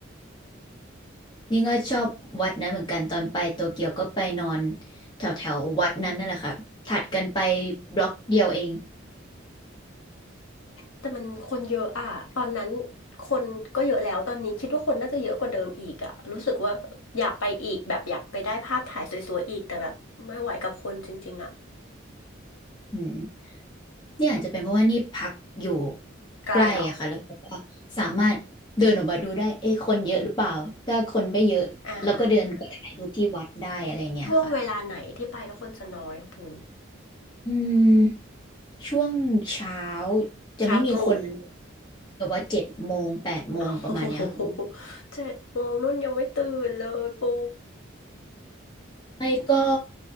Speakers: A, on the left; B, on the left.
A: นี่ก็ชอบวัดนั้นเหมือนกันตอนไปโตเกียวก็ไปนอนแถวแถววัดนั้นนั่นแหละค่ะถัดกันไปบล็อกเดียวเอง
B: แต่มันคนเยอะอะ ตอนนั้นคนก็เยอะแล้ว ตอนนี้คิดว่าคนน่าจะเยอะกว่าเดิมอีกอะรู้สึกว่าอยากไปอีกแบบอยากไปได้ภาพถ่ายสวยๆอีกแต่แบบไม่ไหวกับคนจริงๆอะ
A: อืมเนี่ยอาจจะเป็นเพราะว่านี่พักอยู่
B: ไกลเหรอ
A: ใกล้อะค่ะแล้วแบบว่าสามารถเดินออกมาดูได้เอ๊ะคนเยอะหรือเปล่าถ้าคนไม่เยอะเราก็เดินไปถ่ายรูปที่วัดได้อะไรเงี้ยค่ะ
B: อ่าช่วงเวลาไหนที่ไปแล้วคนจะน้อยอะปุณ
A: อืมช่วงเช้าจะไม่มีคนเลย
B: เช้าตรู่ <laughs>
A: แต่ว่าเจ็ดโมงแปดโมงประมาณเนี้ยค่ะ
B: โอ้โหเจ็ดโมงนุ่นยังไม่ตื่นเลยปู
A: ไม่ก็